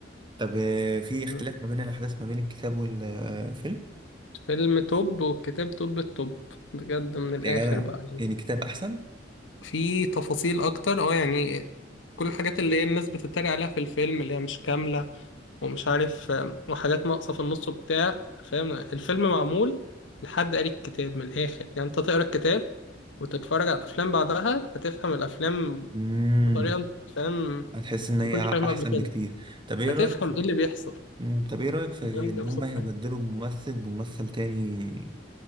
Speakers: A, on the right; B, on the left.
A: طب آه، في اختلاف
B: مم.
A: ما بين الأحداث ما بين الكتاب والفيلم
B: الفيلم توب والكتاب توب التوب بجد من الآخر
A: يا جدع
B: بقى يعني
A: يعني الكتاب أحسن
B: في تفاصيل أكتر اه يعني كل الحاجات اللي هي الناس بتتريق عليها في الفيلم اللي هي مش كاملة ومش عارف آم، وحاجات ناقصة في النص وبتاع فاهم الفيلم معمول لحد قاري الكتاب من الآخر يعني أنت تقرا الكتاب وتتفرج على الأفلام بعدها هتفهم الأفلام
A: امم
B: بطريقة أنت فاهم
A: هتحس إن هي
B: ما كنتش فاهمها
A: أحسن
B: قبل كده
A: بكتير طب إيه
B: هتفهم
A: رأيك في
B: ايه اللي بيحصل
A: مم، طب إيه رأيك في
B: وتقول
A: إن
B: لي ابسط
A: هما هيبدلوا
B: حاجه
A: ممثل بممثل تاني